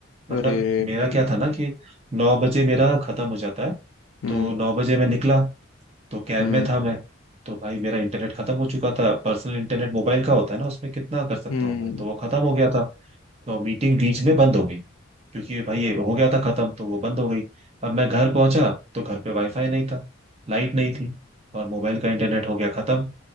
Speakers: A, on the right; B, on the left.
A: मतलब
B: अरे रे
A: मेरा
B: भाई
A: क्या था ना कि नौ बजे मेरा खत्म हो जाता है
B: हम्म
A: तो नौ बजे मैं निकला तो कैब
B: हम्म
A: में था मैं तो भाई मेरा इंटरनेट खत्म हो चुका था पर्सनल इंटरनेट मोबाइल का होता है ना उसमें कितना कर सकता
B: हम्म
A: हूँ मैं तो वो खत्म हो गया था तो मीटिंग बीच में बंद हो गई क्योंकि भाई ये हो गया था खत्म तो वो बंद हो गई अब मैं घर पहुंचा तो घर पे वाईफाई नहीं था लाइट नहीं थी और मोबाइल का इंटरनेट हो गया खत्म